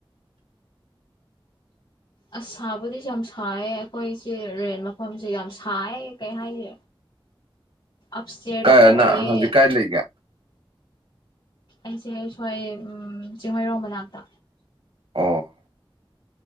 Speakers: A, on the right; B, on the left.
A: <inaudible>
B: ꯑꯁ ꯁꯥꯕꯨꯗꯤ ꯌꯥꯝ ꯁꯥꯏꯌꯦ ꯑꯩꯈꯣꯏꯁꯦ ꯔꯦꯟ ꯃꯐꯝꯁꯦ ꯌꯥꯝ ꯁꯥꯏꯌꯦ ꯀꯩ ꯍꯥꯏꯅꯤ ꯑꯞꯁ꯭ꯇꯦꯌꯔꯗ
A: ꯀꯥꯏ
B: ꯑꯃꯨꯛ
A: ꯅꯪ
B: ꯑꯣꯏꯌꯦ
A: ꯍꯧꯖꯤꯛ ꯀꯥꯏ ꯂꯩꯒꯦ
B: ꯑꯩꯁꯦ ꯁ꯭ꯋꯥꯏ ꯎꯝ ꯆꯤꯡꯃꯩꯔꯣꯡ ꯃꯅꯥꯛꯇ
A: ꯑꯣ